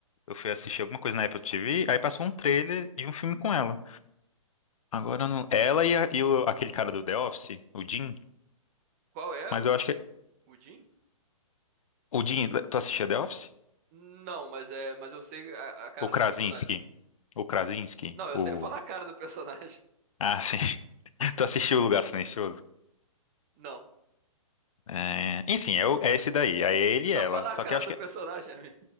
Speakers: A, on the left (about 70°); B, on the right (about 25°).
A: Eu fui assistir alguma coisa na Apple TV, aí passou um trailer de um filme com ela. Agora, eu não... ela e, a- e o- aquele cara do The Office, o Jim,
B: Qual é
A: mas
B: o,
A: eu acho que... é-
B: o Jim?
A: O Jim, tu assistia The Office?
B: Não, mas é, mas eu sei a, a cara
A: O Krasinski.
B: dos personagens.
A: O Krasinski,
B: Não, eu
A: o...
B: sei. Falar a cara do personagem.
A: Ah, sim. <laughs> Tu assistiu O Lugar Silencioso?
B: <laughs> Não.
A: É, Enfim, é, o- é esse daí. Aí é ele
B: Só
A: e ela.
B: falar
A: Só
B: a cara
A: que eu acho
B: do
A: que
B: personagem, <laughs> amigo.